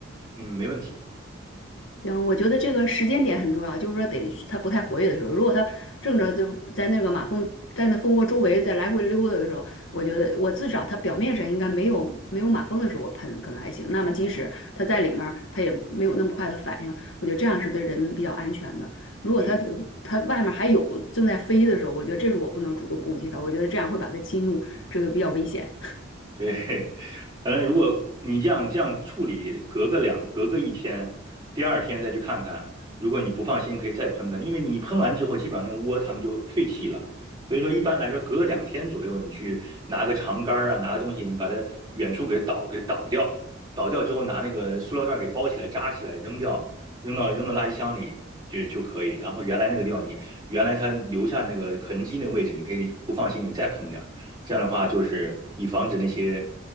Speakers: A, on the right; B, on the left.
A: 嗯，没问题。
B: 然后我觉得这个时间点很重要，就是说得它不太活跃的时候，如果它正着就在那个马蜂在那蜂窝周围在来回溜达的时候，我觉得我至少它表面上应该没有没有马蜂的时候我喷可能还行，那么即使它在里面儿，它也没有那么快的反应，我觉得这样是对人比较安全的。如果它
A: 对。
B: 它外面还有正在飞的时候，我觉得这时候我不能主动攻击它，我觉得这样会把它激怒，这个比较危险。
A: <laughs> 对，反正如果你这样这样处理，隔个两隔个一天，第二天再去看看。如果你不放心，可以再喷喷，因为你喷完之后，基本上那个窝它们就废弃了。所以说，一般来说，隔个两天左右，你去拿个长杆儿啊，拿个东西，你把它远处给倒，给倒掉，倒掉之后，拿那个塑料袋儿给包起来，扎起来，扔掉，扔到扔到垃圾箱里就就可以。然后原来那个地方你，原来它留下那个痕迹那个位置，你可以不放心，你再喷点儿。这样的话，就是以防止那些